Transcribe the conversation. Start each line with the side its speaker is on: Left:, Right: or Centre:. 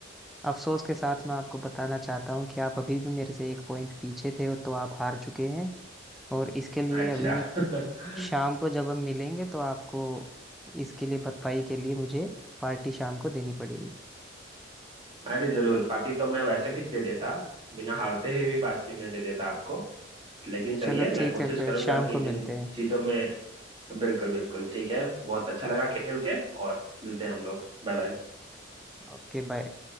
Centre: अफसोस के साथ मैं आपको बताना चाहता हूँ कि आप अभी भी मेरे से एक पॉइंट पीछे थे और तो आप हार चुके हैं और इसके लिए
Right: अच्छा
Centre: अभी
Right: <laughs>
Centre: शाम को जब हम मिलेंगे तो आपको इसके लिए भरपाई के लिए मुझे पार्टी शाम को देनी पड़ेगी
Right: अरे जरूर पार्टी तो मैं वैसे भी दे देता बिना हारते हुए भी पार्टी मैं दे देता आपको लेकिन चलिए
Centre: चलो
Right: मैं
Centre: ठीक
Right: कोशिश
Centre: है फिर
Right: करूंगा
Centre: शाम
Right: कि
Centre: को
Right: जिन
Centre: मिलते हैं
Right: चीजों में बिल्कुल बिल्कुल ठीक है बहुत अच्छा लगा खेल के और मिलते हैं हम लोग बाय बाय
Centre: Okay bye